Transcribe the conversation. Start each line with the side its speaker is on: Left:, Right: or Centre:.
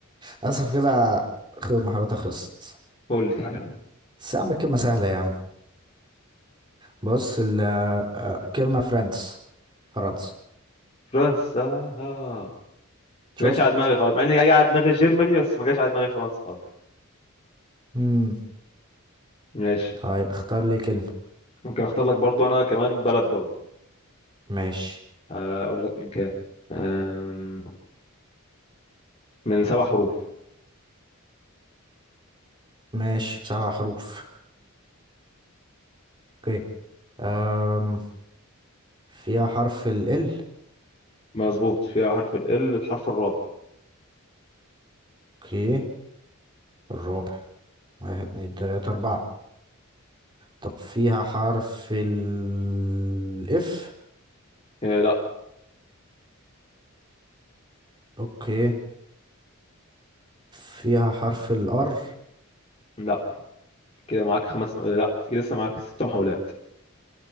Right: للأسف كده خ- محاولاتي خلصت
Left: قول لي <laughs>
Right: بس يا عم الكلمة سهلة يا عم بص ال آه، كلمة فرنس فرنسا
Left: فرنسا آه.
Right: شفت؟
Left: ما جاش على دماغي خالص مع اني جاي على دماغي جيرماني بس ما جاش على دماغي فرنسا خالص
Right: مم.
Left: ماشي
Right: طيب اختار لي كلمة
Left: ممكن اختار لك برضو انا كمان بلد برضو
Right: ماشي
Left: آه، اقول لك من كام آم، من سبع حروف
Right: ماشي سبع حروف اوكي أم. فيها حرف ال ال
Left: مظبوط فيها حرف ال ال الحرف الرابع
Right: اوكي الرابع واحد اتنين تلاتة أربعة طب فيها حرف ال اف
Left: آه لا
Right: اوكي فيها حرف الار
Left: لا كده معاك خمس آه، لا كده لسه معاك ست محاولات